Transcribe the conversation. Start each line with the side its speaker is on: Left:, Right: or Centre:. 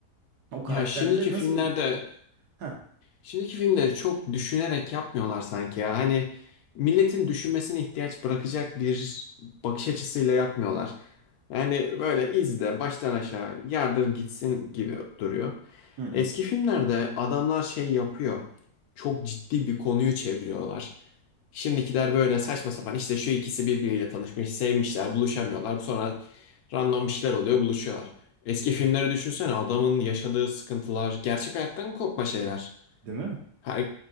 Right: O karakterlere
Left: Ya şimdiki
Right: nasıl...
Left: filmlerde
Right: Heh.
Left: Şimdiki filmleri çok düşünerek yapmıyorlar sanki ya. Hani milletin düşünmesine ihtiyaç bırakacak bir bakış açısıyla yapmıyorlar. Yani böyle izle baştan aşağı yardır gitsin gibi duruyor.
Right: Hı hı.
Left: Eski filmlerde adamlar şey yapıyor. Çok ciddi bir konuyu çeviriyorlar. Şimdikiler böyle saçma sapan işte şu ikisi birbiriyle tanışmış, sevmişler, buluşamıyorlar. Sonra random bir şeyler oluyor, buluşuyorlar. Eski filmleri düşünsene adamın yaşadığı sıkıntılar, gerçek hayattan kopma şeyler.
Right: Değil mi?
Left: Ha-